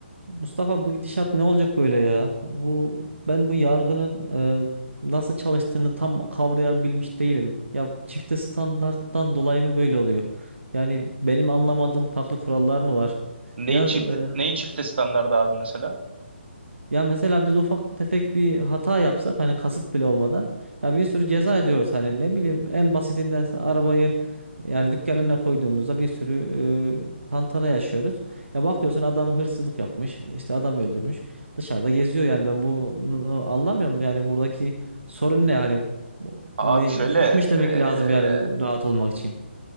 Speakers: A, on the right; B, on the right.
A: Mustafa bu gidişat ne olacak böyle ya? Bu ben bu yargının e, nasıl çalıştığını tam kavrayabilmiş değilim. Ya çifte standarttan dolayı mı böyle oluyor? Yani benim anlamadığım farklı kurallar mı var?
B: Neyin
A: Ya e,
B: çift neyin çifte standardı abi mesela?
A: ya mesela biz ufak tefek bir hata yapsak hani kasıt bile olmadan ya bir sürü ceza ediyoruz hani ne bileyim en basitinden sa- arabayı yani dükkan önüne koyduğumuzda bir sürü e, tantana yaşıyoruz. Ya bakıyorsun adam hırsızlık yapmış işte adam öldürmüş dışarıda geziyor yani ben bunu anlamıyorum yani buradaki sorun ne hani Bu-
B: Abi
A: ne,
B: şöyle
A: suç
B: eee,
A: mu işlemek lazım yani rahat olmak için?